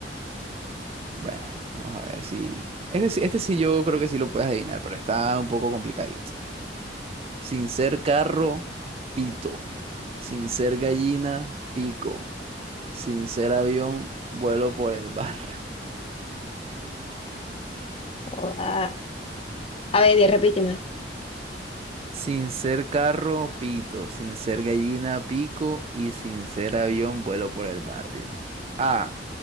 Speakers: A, on the right; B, on the left.
A: bueno, vamos a ver si... Este, sí- este sí yo creo que sí lo puedes adivinar, pero está un poco complicadito. Sin ser carro, pito. Sin ser gallina, pico. Sin ser avión, vuelo por el barrio.
B: Joda. A ver, di, repíteme.
A: Sin ser carro, pito. Sin ser gallina, pico. Y sin ser avión, vuelo por el barrio. A.